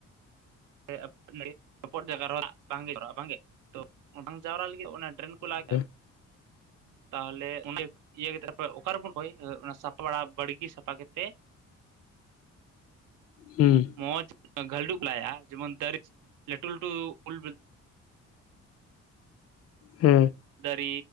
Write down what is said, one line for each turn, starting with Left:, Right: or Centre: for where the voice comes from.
Right: <unintelligible> ᱡᱟᱭᱜᱟ ᱨᱮᱦᱚᱸ ᱫᱟᱜ ᱵᱟᱝᱜᱮ ᱡᱚᱨᱟᱜᱼᱟ ᱵᱟᱝᱜᱮ ᱛᱚ ᱚᱱᱟᱝ ᱡᱟᱣᱨᱟ ᱞᱟᱹᱜᱤᱫ ᱫᱚ ᱚᱱᱟ ᱰᱨᱮᱱ ᱠᱚ ᱞᱟᱭ ᱠᱮᱜ
Left: <inaudible>
Right: ᱛᱟᱦᱚᱞᱮ ᱚᱱ ᱤᱭᱟᱹᱠ ᱤᱭᱟᱹ ᱠᱟᱛᱮ ᱛᱟᱯᱚᱨᱮ ᱚᱠᱟᱨᱮᱵᱚᱱ ᱠᱚᱭ ᱚᱱᱟ ᱥᱟᱯᱞᱟ ᱵᱟᱲᱜᱤ ᱥᱟᱯᱷᱟ ᱠᱟᱛᱮ
Left: ᱦᱩᱸ᱾
Right: ᱢᱚᱸᱡᱽ ᱜᱷᱟᱹᱞᱰᱩ ᱠᱩ ᱞᱟᱭᱟ ᱡᱮᱢᱚᱱ ᱛᱟᱨᱤᱡ ᱞᱟᱹᱴᱩ ᱞᱟᱹᱴᱩ ᱩᱞ ᱵᱤ
Left: ᱦᱮᱸ᱾
Right: ᱫᱟᱨᱤ